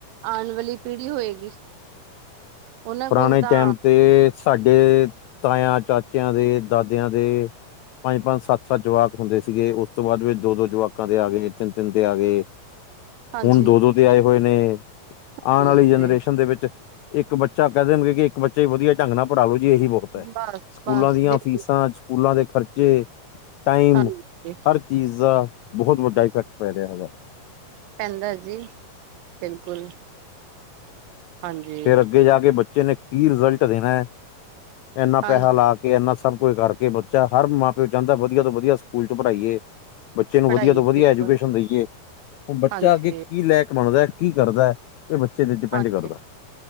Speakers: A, on the right (about 80°); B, on the left (about 85°).
A: ਆਉਣ ਵਾਲੀ ਪੀੜੀ ਹੋਏਗੀ।
B: <inaudible>
A: ਉਹਨਾਂ
B: ਪੁਰਾਣੇ
A: ਕੋਲ ਤਾਂ
B: ਟੈਮ ਤੇ ਸਾਡੇ ਤਾਇਆਂ ਚਾਚਿਆਂ ਦੇ ਦਾਦਿਆਂ ਦੇ ਪੰਜ-ਪੰਜ ਸੱਤ-ਸੱਤ ਜਵਾਕ ਹੁੰਦੇ ਸੀਗੇ ਉਸ ਤੋਂ ਬਾਦ ਵਿੱਚ ਦੋ-ਦੋ ਜਵਾਕਾਂ ਦੇ ਆ ਗਏ ਤਿੰਨ-ਤਿੰਨ ਦੇ ਆ ਗਏ। <inaudible>
A: ਹਾਂਜੀ
B: ਹੁਣ ਦੋ-ਦੋ ਤੇ ਆਏ ਹੋਏ ਨੇ
A: ਜ਼ਰੂਰ
B: ਆਣ ਵਾਲੀ ਜਨਰੇਸ਼ਨ
A: ਤੇ
B: ਦੇ ਵਿੱਚ ਇੱਕ ਬੱਚਾ ਬੱਚਾ ਕੈ ਦੇਣਗੇ ਕਿ ਇੱਕ ਬੱਚੇ ਵਧੀਆ ਢੰਗ ਨਾਲ ਪੜਾ ਲੋ ਜੀ ਇਹੀ ਬਹੁਤ ਏ
A: ਬਸ
B: ਸਕੂਲਾਂ
A: ਬਸ
B: ਦੀਆਂ
A: ਬਿਲਕੁਲ
B: ਫੀਸਾਂ ਸਕੂਲਾਂ ਦੇ ਖਰਚੇ ਟਾਈਮ
A: ਹਾਂਜੀ
B: ਹਰ ਚੀਜ਼ ਦਾ ਬਹੁਤ ਵੱਡਾ ਇਫੈਕਟ ਪੈ ਰਿਆ ਹੈਗਾ।
A: ਪੈਂਦਾ ਹੈ ਜੀ ਬਿਲਕੁਲ ਹਾਂਜੀ
B: ਫਿਰ ਅੱਗੇ ਜਾ ਕੇ ਬੱਚੇ ਨੇ ਕੀ ਰਿਜ਼ਲਟ ਦੇਣਾ ਇੰਨਾ
A: ਹਾਂਜੀ
B: ਪੈਹਾ ਲਾ ਕੇ ਕਿ ਇੰਨਾ ਸਭ ਕੁਝ ਕਰਕੇ ਬੱਚਾ ਹਰ ਮਾਂ -ਪਿਓ ਚਾਂਦਾ ਵਧੀਆ ਤੋਂ ਵਧੀਆ ਸਕੂਲ 'ਚ ਪੜ੍ਹਾਈਏ। ਬੱਚੇ ਨੂੰ
A: ਪੜ੍ਹਾਈਏ
B: ਵਧੀਆ ਤੋਂ ਵਧੀਆ
A: ਬਿਲਕੁਲ
B: ਐਜੂਕੇਸ਼ਨ ਦੇਈਏ ਹੁਣ ਬੱਚਾ
A: ਹਾਂਜੀ
B: ਅੱਗੇ ਕੀ ਲੈਕ ਬਣਦਾ ਕੀ ਕਰਦਾ। ਏ ਬੱਚੇ ਤੇ ਡਿਪੈਂਡ
A: ਹਾਂਜੀ
B: ਕਰਦਾ।